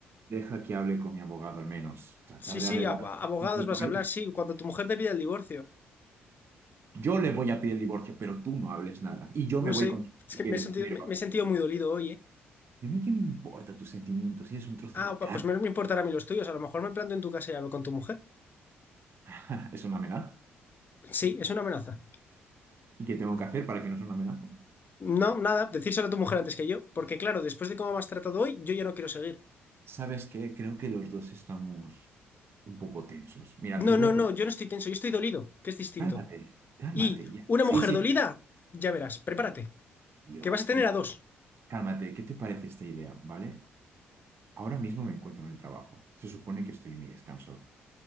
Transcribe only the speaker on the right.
deja que hable con mi abogado al menos. Tratar
de
arreglar
los
asuntos de
papel.
Yo le voy a pedir el divorcio, pero tú no hables nada. Y yo
me voy
contigo
si
quieres,
pero...
¿Y a mí qué me importa tus sentimientos si es un trozo
de
carne?
<laughs> ¿Es una amenaza?
¿Y qué tengo que hacer para que no sea una amenaza?
¿Sabes qué? Creo que los dos estamos un poco tensos. Mira, te
voy
a
proponer...
Cálmate, cálmate
ya.
Sí,
sí.
Dios,
mira,
cálmate. ¿Qué te parece esta idea, vale? Ahora mismo me encuentro en el trabajo. Se supone que estoy en mi descanso